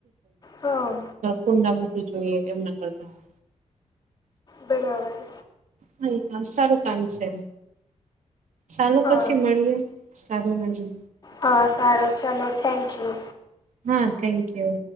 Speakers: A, on the left; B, on the right.
A: હા
B: કુંડા મૂકવું જોઈએ એમ ના કરતા હોય.
A: બરાવાર.
B: હા હ સારું કામ છે. ચાલો
A: હા
B: પછી મળીએ સારું ન.
A: હા સારું ચાલો થેન્ક યુ.
B: હા થેન્ક યુ.